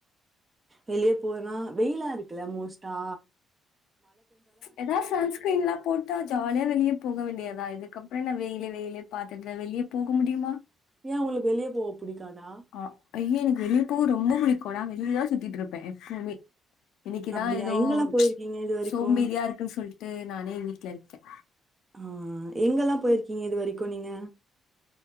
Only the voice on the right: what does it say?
வெளிய போறதுனா வெயிலா இருக்குல்ல மோஸ்டா
ஏ உங்களுக்கு வெளிய போக புடிக்காதா?
அப்படியா?
எங்கெல்லாம் போயிருக்கீங்க
இதுவரைக்கும்?
ஆஹ் எங்கெல்லா போயிருக்கீங்க இது வரைக்கு நீங்க